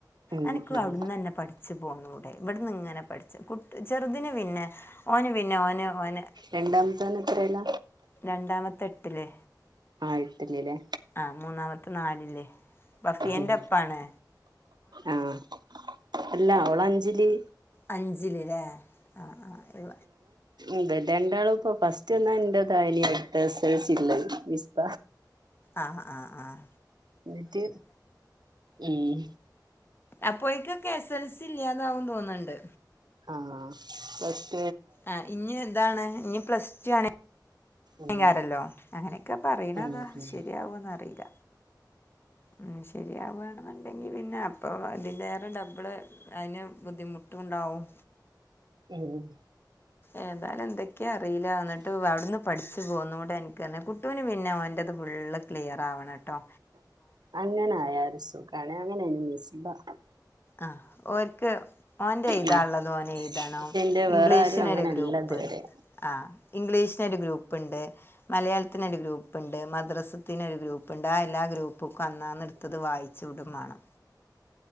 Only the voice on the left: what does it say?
അനക്കു
ഔട്ന്നന്നെ പഠ്ച്ച് പോന്നൂടെ ഇവട്ന്ന്ങ്ങനെ പഠ്ച്ച് കുട്ട ചെറുതിന് പിന്നെ- ഓന് പിന്നെ ഓന് ഓന്.
രണ്ടാമത്ത എട്ടില്.
ആഹ് മൂന്നാമത്തെ നാലില് ബഫിയന്റെപ്പാണ്.
അഞ്ചില് ലേ ആ ആഹ്
ആഹ് ആഹ് ആഹ്.
അപ്പോഴക്കൊക്കെ എസ് എൽ സി ഇല്ല്യാതാവും തോന്നണ്ട്.
ആഹ് ഇഞ്ഞ് താണ് ഞ് പ്ലസ് ടു ആണ്.
ങ്കാരല്ലോ അങ്ങനെക്കെ പറിണതാ
ശര്യാവോന്നറീല. മഉം ശരിയാവാണെന്നുണ്ടെങ്കിൽ പിന്നെ അപ്പോ അതിൻ്റെേറെ ഡബ്ള് അയ്ന് ബുദ്ധിമുട്ടുണ്ടാവും.
ഏതാലും എന്തൊക്കെയാ അറിയില്ലന്നിട്ട് അവിടുന്ന് പഠിച്ച് പോന്നുടേ അൻക്ക്ന്ന കുട്ടൂന് പിന്നെ ഓൻ്റത് ഫുൾ ക്ലിയറാവണെട്ടോ.
ആ ഓര്ക്ക് ഓന്റെ എയ്താള്ളത്
ഓനെഴുതണം,
ഇംഗ്ലീഷിനൊരു
ഗ്രൂപ്പ്.
ആഹ് ഇംഗ്ലീഷിനൊരു ഗ്രൂപ്പ്ണ്ട്. മലയാളത്തിന് ഒരു ഗ്രൂപ്പ്ണ്ട് മദ്രസത്തിന് ഒരു ഗ്രൂപ്പ്ണ്ട് ആ എല്ലാ ഗ്രൂപ്പ്ക്കു അന്നാന്ന് ത്തത് വായിച്ച് ഉടുംമാണ്.